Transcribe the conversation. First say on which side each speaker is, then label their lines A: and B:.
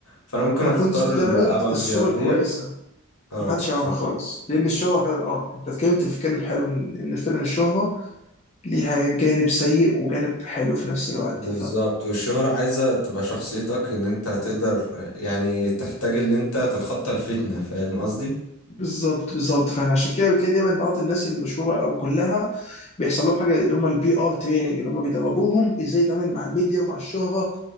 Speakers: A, on the left; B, on the left.
A: فانا ممكن
B: ما
A: اختار
B: كنتش بتعرض
A: ال- ابقى
B: الصوره
A: ملياردير
B: الكويسه
A: اه
B: ما حدش يعرفها
A: فك...
B: خالص لان الشهره فعلا اه انت اتكلمت في كلام حلو ان إن فعلا الشهره ليها جانب سيء وجانب حلو في نفس الوقت
A: بالظبط والشهرة عايزة تبقى شخصيتك ان انت تقدر يعني تحتاج اللي انت تتخطى الفتنة فاهم قصدي
B: فبالظبط بالظبط فعشان كده بتلاقي دايما بعض الناس المشهوره او كلها بيحصل لهم حاجه اللي هم البي ار تريننج اللي هم بيدربوهم ازاي يتعامل مع الميديا ومع الشهره